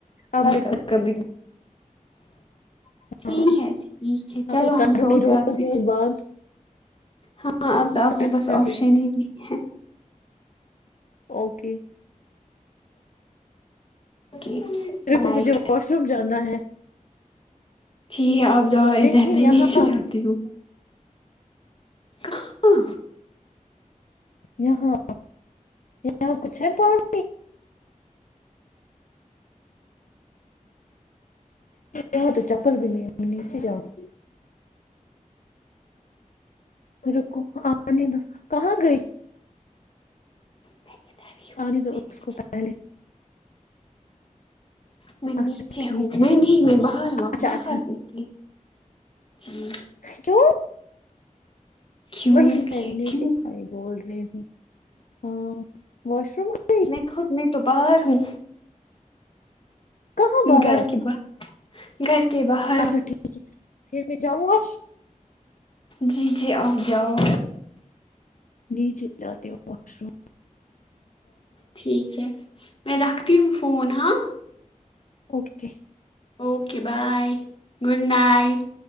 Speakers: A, on the left; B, on the left.
A: <unintelligible>
B: اب میں کر-
A: ٹھیک
B: ہاں
A: ہے ٹھیک ہے
B: ہاں
A: چلو
B: تو کروں
A: ہم سو
B: گی روز
A: جاتے
B: روز
A: ہیں
B: بات
A: ہاں اب تو آپ کے
B: اچھا
A: پاس آپشن
B: ٹھیک
A: ہی نہیں ہے
B: اوکے
A: اوکے
B: کج
A: نائٹ
B: <inaudible> ر جانا ہے
A: ٹھیک ہے آپ جا
B: نہیں
A: ادھر میں
B: یہاں
A: نیچے جاتی ہوں <unintelligible> کہاں
B: یہاں یہاں کچھ ہے پانی <unintelligible> ب تو چپل بھی نہیں نیچے جاؤ <inaudible> رکو آنے دو کہاں گئی
A: میں ادھر ہی ہوں
B: آانی دو اس کو پہلے <unintelligible>
A: میں
B: اچھا
A: نیچے
B: ٹھیک
A: ہوں میں
B: ہے
A: نہیں میں بہار
B: اچھا
A: بہار
B: اچھا
A: نکلی جی
B: کیوں
A: کیوں
B: وہی میں نیچے
A: کیوں
B: بھائی بول رہی ہوں ہاں واش روم گئی
A: میں خود میں تو باہر ہوں
B: کہاں باہر
A: گھر کی بات گھر کے باہر
B: اچھا ٹھیک ہے پھر بھی جاموں آپ
A: جی جی آپ جاؤ
B: نیچے جاتے واشروم
A: ٹھیک ہے میں رکھتی ہوں فون ہاں
B: okay
A: okay bye good night